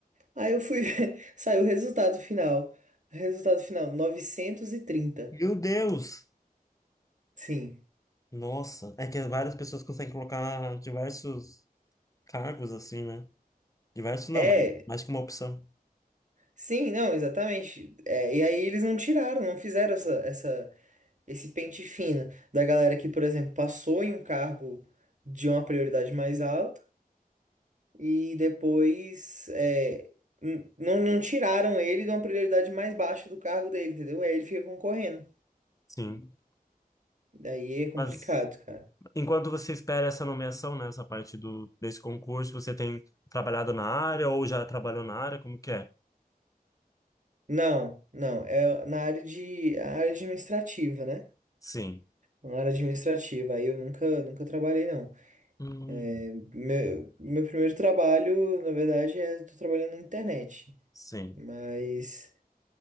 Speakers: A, on the right; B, on the left.
A: Aí eu fui <laughs> ver, saiu o resultado final. Resultado final, 930.
B: Meu Deus!
A: Sim.
B: Nossa, é que várias pessoas conseguem colocar diversos cargos assim, né? Diversos não,
A: É.
B: mano. Mais que uma opção.
A: Sim, não, exatamente. É, e aí eles não tiraram, não fizeram essa, essa, esse pente fino da galera que, por exemplo, passou em um cargo de uma prioridade mais alta e depois é, n- não, não tiraram ele de uma prioridade mais baixa do cargo dele, entendeu? Aí ele fica concorrendo.
B: Sim.
A: Daí é complicado,
B: Mas
A: cara.
B: enquanto você espera essa nomeação, né? Essa parte do, desse concurso, você tem trabalhado na área ou já trabalhou na área? Como que é?
A: Não, não, é na área de a área administrativa, né?
B: Sim.
A: Na área administrativa, aí eu nunca, nunca trabalhei, não.
B: Hum,
A: É, Meu, meu primeiro trabalho, na verdade, é tô trabalhando na internet.
B: sim.
A: Mas,